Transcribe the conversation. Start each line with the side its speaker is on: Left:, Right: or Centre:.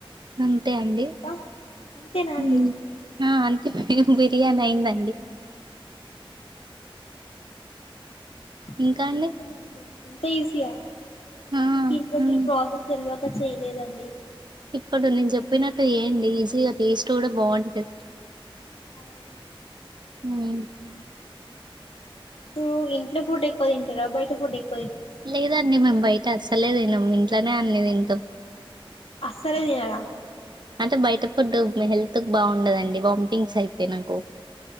Right: అంతే అండి
Left: ఇంకా అంతేనా అండి
Right: మ్ అ బిర్యానీ అయ్యిందండి
Left: అవున
Right: ఇంకా అండి
Left: అంతేనా అండి ఇంత ఈజీయా
Right: ఆ
Left: నాకు ఇన్ని రోజులు
Right: ఉమ్
Left: ప్రాసెస్ తెలవక కా చేయలేదండి
Right: ఇప్పుడు నేను చెప్పినట్టు చెయ్యండి ఈజీగా టేస్ట్ కూడా బాగుంటది
Left: అవునా అండి
Right: హ్మ్
Left: పూ ఇంట్లో ఫుడ్ ఎక్కువ తింటారా బయట ఫుడ్ ఎక్
Right: లేదండి మేము బయట అసల్ అలే దినం ఇంట్లోనే అన్ని తింటాం
Left: అసలే తినరా
Right: అంటే బయట ఫుడ్ నా హెల్త్ కి బాగుండదండి వాంతింగ్స్ అయితాయ్ నాకు